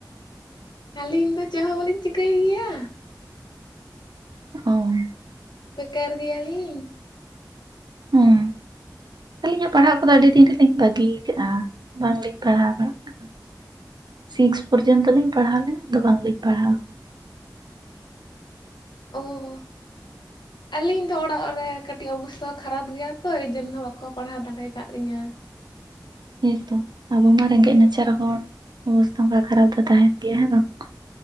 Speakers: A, on the left (about 80°); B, on the right (about 70°).
A: ᱟᱞᱤᱧ ᱫᱚ ᱪᱮᱜ ᱦᱚᱸ ᱵᱟᱹᱞᱤᱧ ᱪᱤᱠᱟᱹᱭ ᱜᱮᱭᱟ᱾
B: ᱚᱸ᱾
A: ᱵᱮᱠᱟᱨ ᱜᱮᱭᱟ ᱞᱤᱧ᱾
B: ᱦᱚᱸ᱾ ᱟᱹᱞᱤᱧᱟᱜ ᱯᱟᱲᱦᱟᱜ ᱠᱚᱫᱚ ᱟᱹᱰᱤ ᱫᱤᱱ ᱨᱮᱜᱮ ᱞᱤᱧ ᱵᱟᱹᱜᱤ ᱭᱟᱠᱟᱜ-ᱟ ᱵᱟᱝ ᱞᱤᱧ ᱯᱟᱲᱦᱟᱣ ᱵᱟᱲᱟᱜ ᱠᱟᱱᱟ᱾ ᱥᱤᱠᱥ ᱯᱚᱨᱡᱚᱱᱛᱚ ᱞᱤᱧ ᱯᱟᱲᱦᱟᱣ ᱞᱮᱱᱟ ᱟᱫᱚ ᱵᱟᱝ ᱞᱤᱧ ᱯᱟᱲᱦᱟᱣᱼᱼ
A: ᱚ ᱦᱚ᱾ ᱟᱞᱤᱧ ᱫᱚ ᱚᱲᱟᱜ ᱨᱮ ᱠᱟᱹᱴᱤᱡ ᱚᱵᱚᱥᱛᱟ ᱠᱷᱟᱨᱟᱯ ᱜᱮᱭᱟ ᱛᱚ ᱮᱭ ᱡᱚᱱᱱᱚ ᱵᱟᱠᱚ ᱯᱟᱲᱦᱟᱣ ᱫᱟᱲᱮ ᱠᱟᱫ ᱞᱤᱧᱟ᱾
B: ᱦᱮᱸ ᱛᱚ ᱟᱵᱚ ᱢᱟ ᱨᱮᱸᱜᱮᱡ ᱱᱟᱪᱟᱨ ᱦᱚᱲ᱾ ᱚᱵᱚᱥᱛᱟ ᱚᱝᱠᱟ ᱠᱷᱟᱨᱟᱯ ᱫᱚ ᱛᱟᱦᱮᱸᱱ ᱜᱮᱭᱟ ᱦᱮᱸ ᱵᱟᱝᱼᱼ